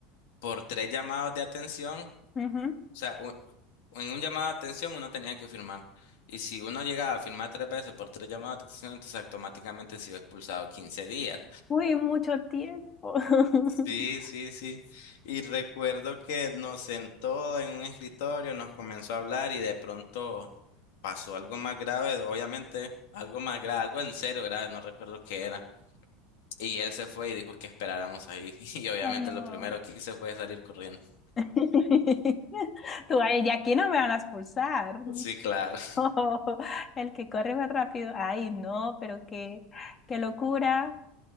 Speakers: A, on the left (about 75°); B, on the left (about 30°).
A: por tres llamados de atención, o
B: ujú.
A: sea, un- en un llamado de atención uno tenía que firmar. Y si uno llegaba a firmar tres veces por tres llamados de atención, entonces automáticamente se iba expulsado 15 días.
B: Uy, mucho tiempo. <laughs>
A: Sí, sí, sí. Y recuerdo que nos sentó en un escritorio, nos comenzó a hablar y de pronto pasó algo más grave, obviamente, algo más grave, algo en serio grave, no recuerdo qué era. Y él se fue y dijo que esperáramos ahí. <laughs> Y obviamente
B: Ay, no.
A: lo primero que hice fue salir corriendo.
B: <laughs> Tú, ay, y aquí no me van a expulsar. <laughs>
A: Sí, claro.
B: No. El que corre más rápido. Ay, no, pero qué, qué locura.